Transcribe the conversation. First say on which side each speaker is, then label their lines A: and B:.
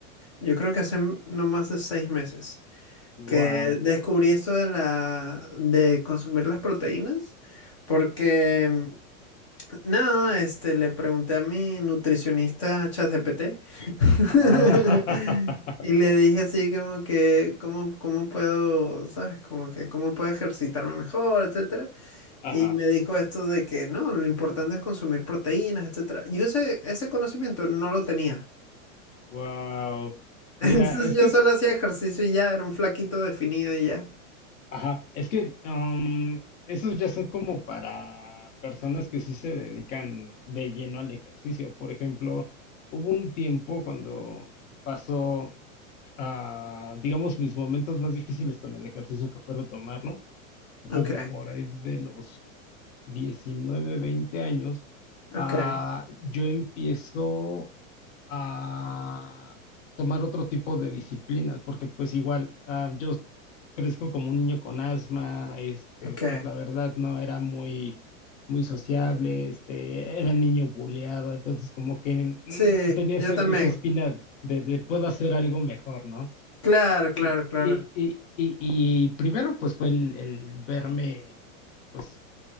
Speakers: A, on the left (about 25°); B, on the left (about 65°).
A: Yo creo que hace m- no más de seis meses
B: Wow.
A: que descubrí esto de la, de consumir las proteínas. Porque, mm, no, este, le pregunté a mi nutricionista ChatGPT. <laughs>
B: Ajá. <laughs>
A: Y le dije así como que, ¿cómo, cómo puedo, sabes? Como que, ¿cómo puedo ejercitarme mejor, etcétera?
B: Ajá.
A: Y me dijo esto de que no, lo importante es consumir proteínas, etcétera. Yo ese, ese conocimiento no lo tenía.
B: Wow.
A: <laughs> Entonces
B: Mira, es
A: yo
B: que
A: solo hacía ejercicio y ya, era un flaquito definido y ya.
B: Ajá, es que am, esos ya son como para personas que sí se dedican de lleno al ejercicio. Por ejemplo, hubo un tiempo cuando pasó, ah, digamos, mis momentos más difíciles con el ejercicio que fue retomarlo,
A: Ok,
B: como por ahí de los 19, 20 años, ah,
A: ok,
B: yo empiezo a tomar otro tipo de disciplinas, porque pues igual ah, yo crezco como un niño con asma, este,
A: ok.
B: pues la verdad no era muy, muy sociable, este, era niño buleado, entonces como que mm,
A: Sí,
B: tenía
A: yo
B: ese-
A: también.
B: esa espina de, de puedo hacer algo mejor, ¿no?
A: Claro, claro,
B: Y,
A: claro.
B: y, y, y, y primero pues fue el, el verme, pues,